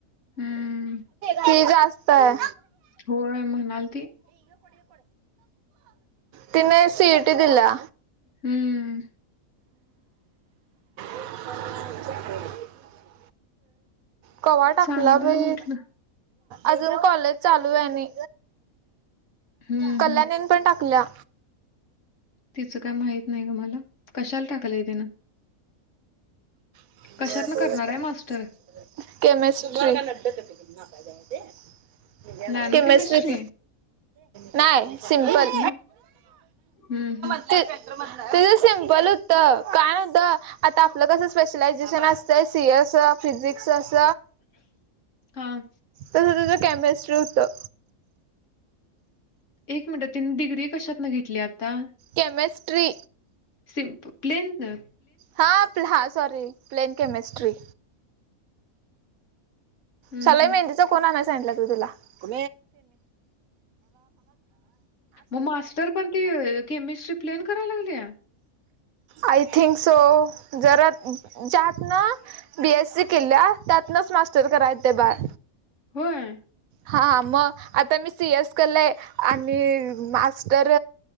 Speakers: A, on the left; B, on the right.
A: हम्म.
B: कि जास्त आहे.
A: होय म्हणालती ती.
B: तिन सी ए टी दिल्या.
A: हम्म.
B: <unintelligible> कवा टाकला
A: चांगलंय
B: बाई?
A: म्हटलं
B: अजून कॉलेज चालू आहे न
A: हम्म
B: कल्याणी
A: हम्म
B: येन पण टाकल्या.
A: तिचं काय माहित नाही ग मला, कशाला टाकालंय तिन?
B: <inaudible>
A: कशातनं करणार आहे मास्टर
B: केमिस्ट्री ला.
A: नॅनो
B: केमिस्ट्रीत.
A: केमिस्ट्री
B: नाही सिमपल.
A: मग हम्म हम्म
B: तिचं सिम्पल होत. काय होत? आता आपलं कसं स्पेशलायझेशन असतय सी ए अस, फिजिक्स अस.
A: हा.
B: तसं तझं केमिस्ट्री होतं.
A: एक मिनटात त्यांनी डिग्री कशात ना घेतली आता?
B: केमिस्ट्री.
A: सिमप प्लेन ना.
B: हा हा सॉरी प्लेन केमिस्ट्री.
A: हम्म
B: सला
A: हम्म
B: मेहंदीचा कोण आण सांलं त तुलाला तु.
A: मग मास्टर पण ती केमिस्ट्री प्लेन करायला लागल्या?
B: आय थिंक सो, जरा जात ना बी. एस. सी केल्या, त्यातनच मास्टर कराय येतंय बाळ
A: होय?
B: हा, मग आता मी सी. एस केलंय आणि मास्टर